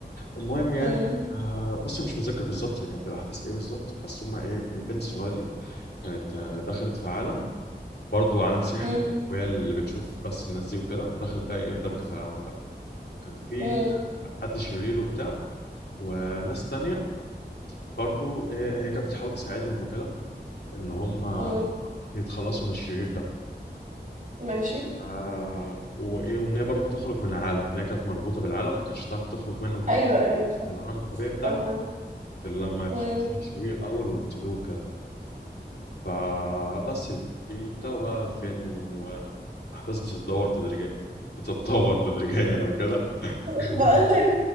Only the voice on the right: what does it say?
امم
امم
امم
امم
ماشي
ايوه ايوه
فاهمة
<laughs>
امم
بقول لك